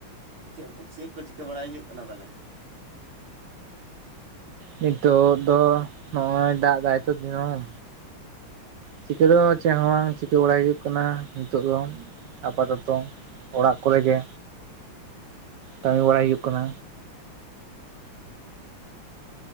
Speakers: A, on the right; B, on the right.
A: ᱪᱮᱫ ᱪᱮᱫ ᱠᱚ ᱪᱤᱠᱟᱹ ᱵᱟᱲᱟᱭ ᱦᱩᱭᱩᱜ ᱠᱟᱱᱟ ᱛᱟᱦᱚᱞᱮ
B: ᱱᱤᱛᱚᱜ ᱫᱚ ᱱᱚᱜᱚᱭ ᱫᱟᱜ ᱮᱫᱟᱭ ᱛᱚ ᱫᱤᱱᱟᱢ ᱪᱤᱠᱟᱹ ᱫᱚ ᱪᱮᱫ ᱦᱚᱸ ᱵᱟᱝ ᱪᱤᱠᱟᱹ ᱵᱟᱲᱟᱭ ᱦᱩᱭᱩᱜ ᱠᱟᱱᱟ ᱱᱤᱛᱚᱜ ᱫᱚ ᱟᱯᱟᱛᱚᱛᱚ ᱚᱲᱟᱜ ᱠᱚᱨᱮ ᱜᱮ ᱠᱟᱹᱢᱤ
A: ᱚ
B: ᱵᱟᱲᱟᱭ ᱦᱩᱭᱩᱜ ᱠᱟᱱᱟ